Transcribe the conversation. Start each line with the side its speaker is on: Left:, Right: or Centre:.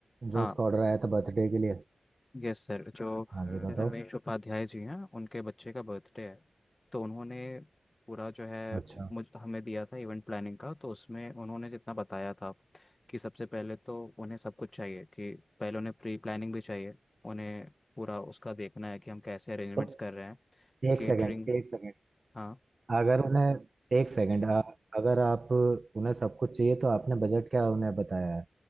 Right: जो
Left: हाँ
Right: उसका ऑर्डर आया था बर्थडे के लिए
Left: यस सर जो
Right: हाँ
Left: रमेश
Right: जी बताओ
Left: उपाध्याय जी हैं उनके बच्चे का बर्थडे है तो उन्होंने पूरा जो है
Right: अच्छा
Left: मुझ हमें दिया था इवेंट प्लानिंग का तो उसमें उन्होंने जितना बताया था कि सबसे पहले तो उन्हें सब कुछ चाहिए कि पहले उन्हें प्री प्लानिंग भी चाहिए उन्हें पूरा उसका देखना है कि हम कैसे अरेंजमेंट्स
Right: तो
Left: कर रहे हैं
Right: एक
Left: केटरिंग
Right: सेकंड एक सेकंड
Left: हाँ
Right: अगर उन्हें एक सेकंड आ, अगर आप उन्हें सब कुछ चाहिए तो आपने बजट क्या उन्हें बताया है